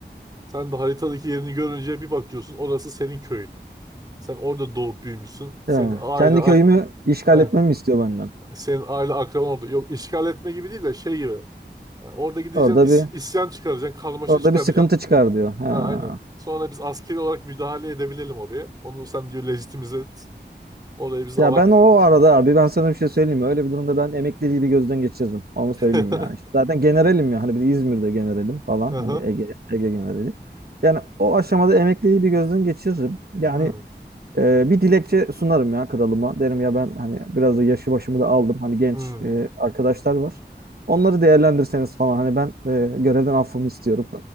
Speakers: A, on the right; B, on the right.
A: Sen de haritadaki yerini görünce bir bakıyorsun orası senin köyün. Sen orada doğup büyümüşsün. Senin
B: Ya,
A: aile
B: kendi
A: ak
B: köyümü işgal
A: aynen,
B: etmemi istiyor benden.
A: senin aile akraban oldu Yok işgal etme gibi değil de şey gibi. Yani orada gideceksin
B: Orada
A: is-
B: bir
A: isyan çıkaracaksın, karmaşa
B: orada
A: çıkaracaksın.
B: bir sıkıntı çıkar diyor. Ha.
A: Ha, aynen. Sonra biz askeri olarak müdahale edebilelim oraya. Onu sen diyor legitimize et. Oraya biz
B: Ya
A: alak.
B: ben o arada abi ben sana bir şey söyleyeyim mi? Öyle bir durumda ben emekliliği bir gözden geçirdim. Onu söyleyeyim
A: <laughs>
B: yani. İşte zaten generalim ya. Hani biz İzmir'de generalim falan.
A: Aha.
B: Hani Ege, Ege generali. Yani o aşamada emekliliği bir gözden geçiririm. Yani
A: Hmm,
B: Ee, bir dilekçe sunarım ya kralıma. Derim ya ben hani biraz da yaşı başımı da aldım. Hani genç
A: hmm.
B: e, arkadaşlar var. Onları değerlendirseniz falan hani ben e, görevden affımı istiyorum